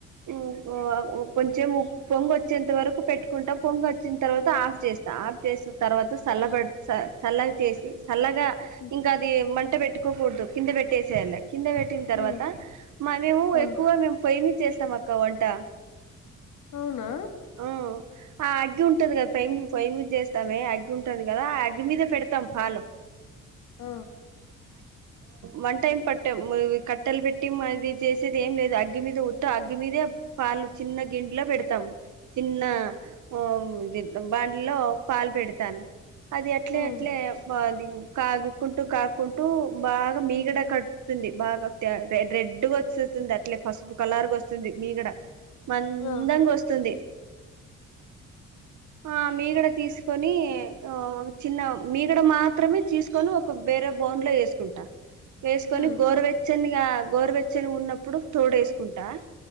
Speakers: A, on the right (about 75°); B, on the left (about 75°).
A: ఉ హు ఉ కొంచెం పొంగ వచ్చేంత వరకు పెట్టుకుంటా పొంగ వచ్చిన తర్వాత ఆఫ్ చేస్తా ఆఫ్ చేస్తా తర్వాత సల్ల బెట్టి సల్లగా చేసి చల్లగా
B: ఉమ్,
A: ఇంకా అది మంట పెట్టుకోకూడదు కింద పెట్టేసేయళ కింద పెట్ పెట్టిన తర్వాత
B: ఉమ్,
A: మరి ఉ మేము
B: ఆ,
A: ఎక్కువ మేము పొయ్యిమీద చేస్తాం అక్క వంట
B: అవునా
A: మ్ ఆ అగ్గి ఉంటుంది కదా ప్య పొయి చేస్తామే అగ్గి ఉంటది కదా ఆ అగ్గి మీద పెడతాం పాలు
B: ఆ
A: వన్ టైమ్ పట్టం కట్టలు పెట్టి మాది చేసేది ఏం లేదు అగ్గి మీద అగ్గి మీదే పాలు చిన్న గిడ్లే పెడతాము చిన్న ఓ మ్ బండిలో పాలు పెడుతు తాను అది అట్లే
B: ఉమ్,
A: అట్లే ఆది కాగు కుంటూ కాక్కుంటూ బాగా మీగడ కట్తుంది బాగా రెడ్గా వచ్చేస్తుంది అట్లే పసుపు కలరూ గా వస్తుంది మీగడ, మందంగా
B: ఉమ్,
A: వస్తుంది. ఆ మీగడ తీసుకొని ఆ చిన్న మీగడ మాత్రమే, తీసుకొని ఒక వేరే బౌల్ లో వేసుకుంటా. వేసుకొని
B: ఉమ్,
A: గోరవెచ్చనిగా గోరవెచ్చని ఉన్నప్పుడు తోడు వేసుకుంటా